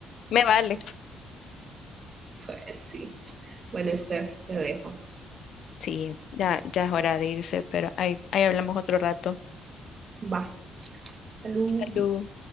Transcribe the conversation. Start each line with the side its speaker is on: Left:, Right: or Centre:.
Left: me vale.
Right: pues sí. Bueno, Steph, te dejo.
Left: Sí, ya, ya es hora de irse, pero ahí, ahí hablamos otro rato.
Right: va Salud.
Left: Salud.